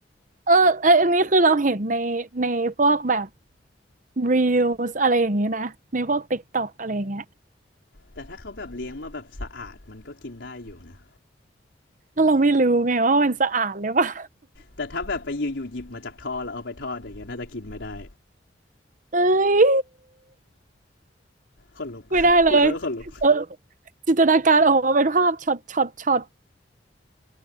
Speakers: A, on the right (about 45°); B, on the left (about 80°).
A: เออเอยอันนี้คือเราเห็นในในพวกแบบรีลส์อะไรอย่างนี้นะในพวกติ๊กต็อกอะไรอย่างเงี้ย
B: แต่ถ้าเขาแบบเลี้ยงมาแบบสะอาดมันก็กินได้อยู่นะ
A: แล้วเราไม่รู้ไงว่ามันสะอาดหรือเปล่า
B: แต่ถ้าแบบไปยื่อยู่หยิบมาจากท่อแล้วเอาไปทอดอย่างเงี้ยน่าจะกินไม่ได้
A: <laughs> เอ้ย
B: ขนลุก
A: ไม่ได้เลย
B: <laughs> พูดแล้วก็ขนลุก
A: เออจินตนาการออกมาเป็นภาพช็อตช็อตช็อต